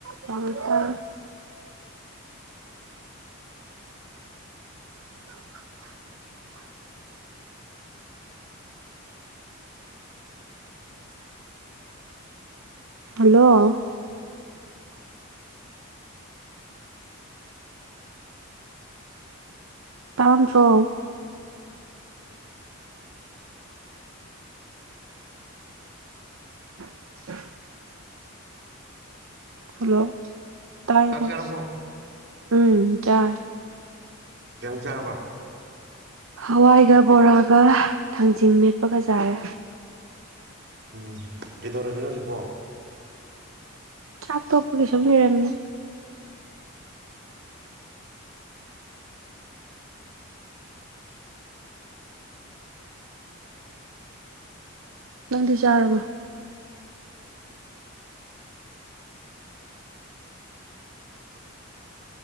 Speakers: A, on the right (about 75°); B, on the right (about 55°).
A: ꯇꯝꯇꯝ <unintelligible> hello ꯇꯥꯝꯗ꯭ꯔꯣ <inaudible> hello ꯇꯥꯏ
B: ꯆꯥꯛ
A: ꯇꯥꯏ
B: ꯆꯥꯔꯕꯣ
A: ꯎꯝ ꯆꯥ
B: ꯖꯡ ꯆꯔꯄꯥ
A: ꯍꯋꯥꯏꯒ ꯕꯣꯔꯥꯒ ꯊꯥꯡꯖꯤꯡ ꯃꯦꯠꯄꯒ ꯆꯥꯔꯦ
B: ꯎꯝ ꯀꯩꯗꯧꯔꯝꯃꯤꯅꯣ ꯍꯖꯤꯛꯄꯣ
A: ꯆꯥꯛ ꯇꯣꯛꯄꯒꯤꯁꯨꯝ ꯂꯩꯔꯝꯃꯤꯅꯤ ꯅꯪꯗꯤ ꯆꯥꯔꯕꯣ